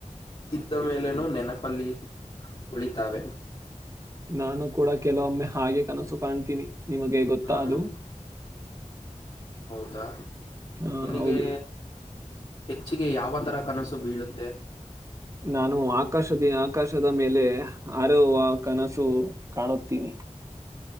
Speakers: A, on the left; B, on the right.
A: ಇದ್ದ ಮೇಲೇನೂ ನೆನಪಲ್ಲಿ ಉಳಿತಾವೆ.
B: ನಾನು ಕೂಡ ಕೆಲವೊಮ್ಮೆ ಹಾಗೆ ಕನಸು ಕಾಣ್ತೀನಿ ನಿಮಗೆ ಗೊತ್ತಾ
A: ಹ್ಮ್
B: ಅದು
A: ಹೌದಾ
B: ಹಾ
A: ನಿನಗೆ
B: ಹೌದು
A: ಹೆಚ್ಚಿಗೆ ಯಾವ ತ್ತರ ಕನಸು ಬೀಳುತ್ತೆ.
B: ನಾನು ಆಕಾಶದ ಆಕಾಶದ ಮೇಲೆ ಹಾರುವ ಕನಸು ಕಾಣುತ್ತೀನಿ.